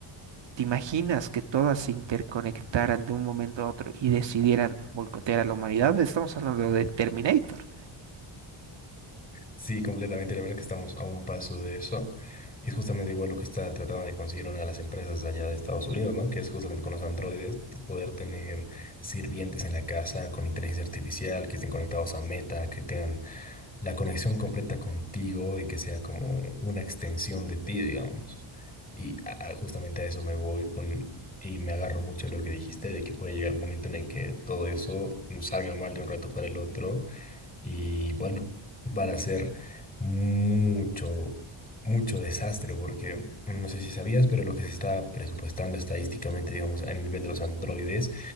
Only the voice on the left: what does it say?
Sí, completamente. La verdad que estamos a un paso de eso. Y es justamente igual lo que está tratando de conseguir una de las empresas allá de Estados Unidos, ¿no? Que es justamente con los androides, de poder tener sirvientes en la casa con inteligencia artificial, que estén conectados a Meta, que tengan la conexión completa contigo y que sea como una extensión de ti, digamos. Y a- a- justamente a eso me voy con, y me agarro mucho de lo que dijiste, de que puede llegar un momento en el que todo eso mm, salga mal de un rato para el otro Y bueno, van a ser mucho, mucho desastre, porque no sé si sabías, pero lo que se está presupuestando estadísticamente, digamos, a nivel de los androides,